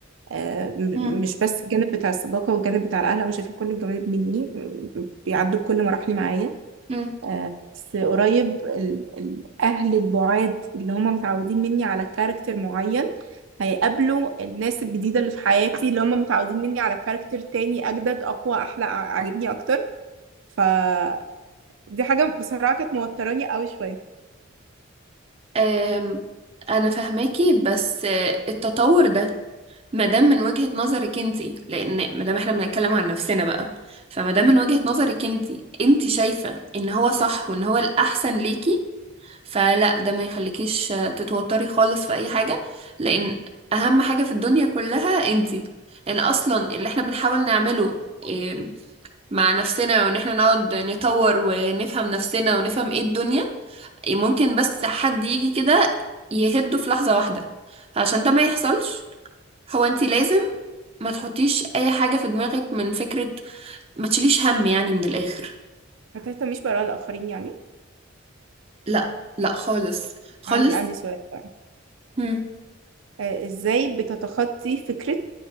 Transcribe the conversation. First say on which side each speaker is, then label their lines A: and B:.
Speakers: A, on the right; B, on the right.
A: آه، م-
B: مم.
A: مش بس الجانب بتاع الصداقة والجانب بتاع الأهل هم شايفين كل الجوانب مني م- بيعدوا بكل مراحلي معايا
B: مم.
A: آه، بس قريب ال- الأهل البعاد اللي هم متعودين مني على كاركتر معين هيقابلوا الناس الجديدة اللي في حياتي اللي هم متعودين مني على كاركتر تاني أجدد أقوى أحلى ع- عاجبني أكتر فدي حاجة بصراحة كانت موتراني قوي شوية
B: أم، انا فاهماكي بس آه، التطور ده ما دام من وجهة نظرك انتي لان ما دام احنا بنتكلم عن نفسنا بقى فما دام من وجهة
A: مم.
B: نظرك انتي انتي شايفة ان هو صح وان هو الاحسن ليكي فلا ده ما يخليكيش آه، تتوتري خالص في اي حاجة لان اهم حاجة في الدنيا كلها انتي لان اصلا اللي احنا بنحاول نعمله آه، مع نفسنا وان احنا نقعد نطور ونفهم نفسنا ونفهم ايه الدنيا آه، ممكن بس حد يجي كده يهده في لحظة واحدة فعشان ده ما يحصلش هو انتي لازم ما تحطيش اي حاجة في دماغك من فكرة ما تشيليش هم يعني من الاخر
A: ما تهتميش بآراء الآخرين يعني
B: لا لا خالص خالص
A: عندي عندي سؤال بقى
B: مم.
A: آه، إزاي بتتخطي فكرة